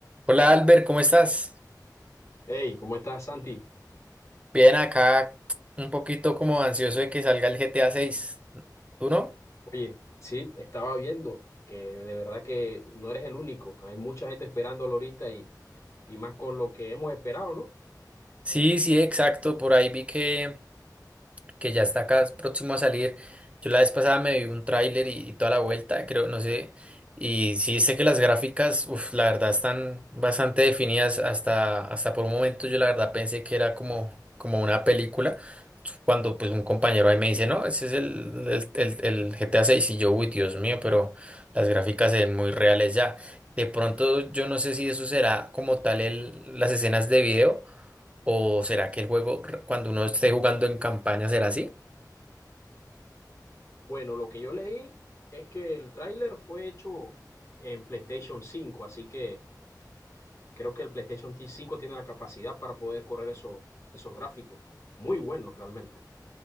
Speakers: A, on the right; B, on the left.
A: Hola Albert, ¿cómo estás?
B: Hey, ¿cómo estás, Santi?
A: Bien, acá un poquito como ansioso de que salga el GTA seis, ¿Tú no?
B: Oye, sí, estaba viendo que de verdad que no eres el único. Hay mucha gente esperándolo ahorita y, y más con lo que hemos esperado, ¿no?
A: Sí, sí, exacto. Por ahí vi que que ya está acá próximo a salir. Yo la vez pasada me vi un tráiler y, y toda la vuelta, creo, no sé. Y sí sé que las gráficas, uff, la verdad están bastante definidas. Hasta, hasta por un momento yo la verdad pensé que era como, como una película. Cuando pues un compañero ahí me dice, no, ese es el, el, el, el GTA 6 y yo, uy, Dios mío, pero las gráficas se ven muy reales ya. De pronto yo no sé si eso será como tal el, las escenas de video o será que el juego r- cuando uno esté jugando en campaña será así.
B: Bueno, lo que yo leí es que el tráiler fue hecho en PlayStation cinco, así que creo que el PlayStation T cinco tiene la capacidad para poder correr eso- esos gráficos. Muy buenos, realmente.